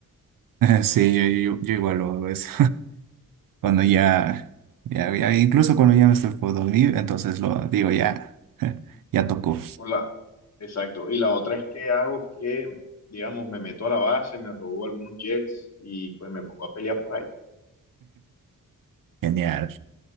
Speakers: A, on the right (about 75°); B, on the left (about 50°).
A: Sí, yo, yo, yo igual lo hago eso. Cuando ya, ya, ya- incluso cuando ya me estoy por dormir, entonces lo digo ya, <laughs> ya tocó.
B: Hola, exacto. Y la otra es que hago que, digamos, me meto a la base, me robo algunos jets y pues me pongo a pelear por ahí.
A: Genial.